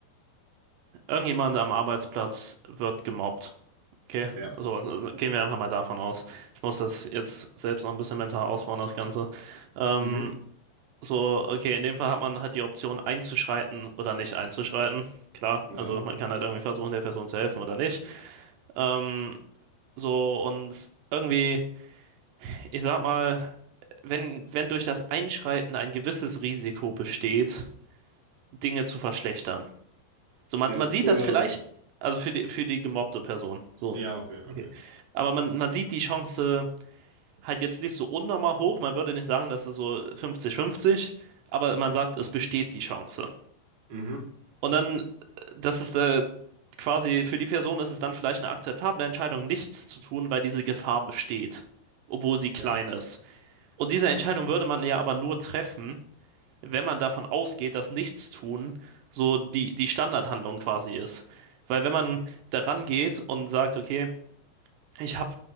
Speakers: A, on the right; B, on the right.
A: irgendjemand am Arbeitsplatz wird gemobbt. Okay,
B: Ja.
A: so also gehen wir einfach mal davon aus. Ich muss das jetzt selbst noch ein bisschen mental ausbauen, das Ganze. Ähm,
B: Mhm.
A: So, okay, in dem Fall hat man halt die Option einzuschreiten oder nicht einzuschreiten. Klar,
B: Ja.
A: also man kann halt irgendwie versuchen, der Person zu helfen oder nicht. Ähm, so, und irgendwie, ich sag mal, wenn, wenn durch das Einschreiten ein gewisses Risiko besteht, Dinge zu verschlechtern. So, man,
B: Ja,
A: man
B: für.
A: sieht das vielleicht, also für die, für die gemobbte Person, so.
B: Ja, okay, okay.
A: Okay. Aber man, man sieht die Chance halt jetzt nicht so unnormal hoch. Man würde nicht sagen, dass es so 50-50, aber man sagt, es besteht die Chance.
B: Mhm.
A: Und dann, äh, das ist äh, quasi, für die Person ist es dann vielleicht eine akzeptable Entscheidung, nichts zu tun, weil diese Gefahr besteht, obwohl sie klein
B: Ja.
A: ist. Und diese Entscheidung würde man ja aber nur treffen, wenn man davon ausgeht, dass Nichtstun so die, die Standardhandlung quasi ist. Weil wenn man daran geht und sagt, okay, ich habe